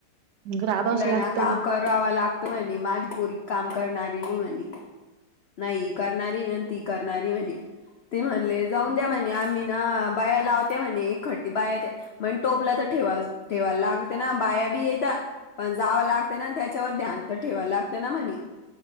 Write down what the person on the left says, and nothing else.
तिलाए
ना काम
करावा लागत म्हणे माझी पोरी- काम करणारी नाही म्हणे. नाही करणारी नाही ती करणारी म्हणे. ते म्हणले जाऊन द्या म्हणे आम्ही ना बाया लावते म्हणे. खट- बाया ते मग टोपला तर ठेवा ठेवायला लागते ना? बाया बी येत- पण जावं लागते ना? त्याच्यावर ध्यान तर ठेवायला लागते ना म्हणे.